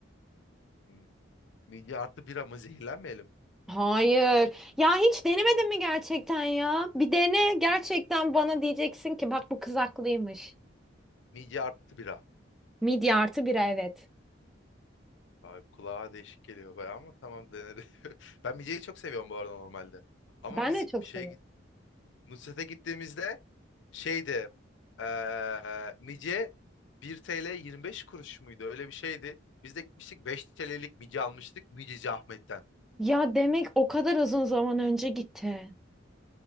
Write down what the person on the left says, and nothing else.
Hmm. Midye artı bira mı zehirlenmeyelim?
Yuh.
Midye artı bira.
Abi kulağa değişik geliyor bayağı ama tamam deneriz. <laughs> Ben midyeyi çok seviyorum bu arada normalde. Ama
biz
şeye
git- Nusret'e gittiğimizde şeydi eee mice 1 TL 25 kuruş muydu? Öyle bir şeydi. Biz de gitmiştik 5 TL'lik mice almıştık Miceci Ahmet'ten.